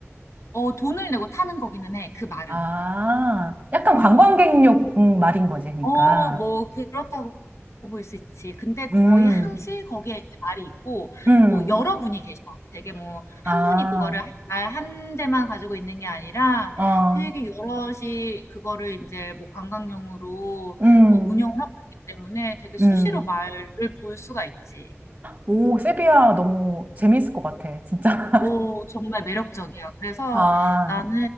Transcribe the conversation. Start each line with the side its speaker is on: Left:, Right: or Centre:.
Left: 어 돈을 내고 타는 거기는 해. 그 말은.
Right: 아, 약간
Left: 어.
Right: 관광객용 음, 말인 거지, 그러니까.
Left: 어, 뭐, 그렇다고 볼 수 있지. 근데 거의
Right: 음,
Left: 항시 거기에 이제 말이 있고,
Right: 음,
Left: 뭐, 여러 분이 계셔. 되게 뭐,
Right: 아,
Left: 한 분이 그거를 말 한 대만 가지고 있는 게 아니라
Right: 어,
Left: 되게 여럿이 그거를 이제 뭐 관광용으로
Right: 음,
Left: 어, 운영을 하고 있기 때문에 되게 수시로
Right: 음.
Left: 말을 볼 수가 있지.
Right: 오, 세비야 너무 재미있을 것 같아, 진짜.
Left: 오, 정말 매력적이야. 그래서
Right: <laughs> 아,
Left: 나는